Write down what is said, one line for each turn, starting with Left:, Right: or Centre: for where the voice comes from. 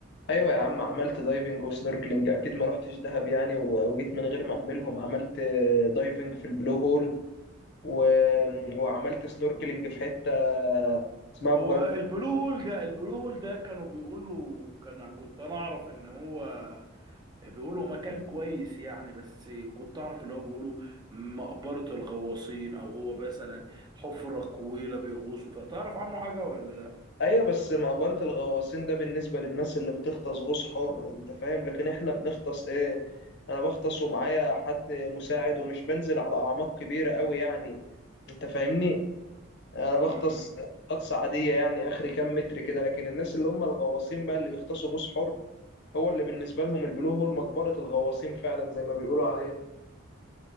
Left: ايوه يا عم عملت دايفنج وسنوركلينج اكيد ما رحتش دهب يعني و- وجيت من غير ما اعملهم عملت دايفنج في البلو هول و... وعملت سنوركلينج في حته اسمها ابو
Right: هو
Left: جالوم
Right: البلو هول ده البلو هول ده كانوا بيقولوا كان كنت انا اعرف ان هو بيقولوا مكان كويس يعني بس كنت اعرف اللي هو بيقولوا مقبرة الغواصين او هو مثلا حفرة طويلة بيغوصوا فيها تعرف عنه حاجة ولا لا
Left: ايوه بس مقبره الغواصين ده بالنسبه للناس اللي بتغطس غوص حر انت فاهم لكن احنا بنغطس ايه انا بغطس ومعايا حد مساعد ومش بنزل على اعماق كبيره قوي يعني انت فاهمني انا بغطس
Right: امم
Left: غطس عاديه يعني اخري كام متر كده لكن الناس اللي هم الغواصين بقى اللي بيغطسوا غوص حر هو اللي بالنسبة لهم البلو هول مقبرة الغواصين فعلا زي ما بيقولوا عليه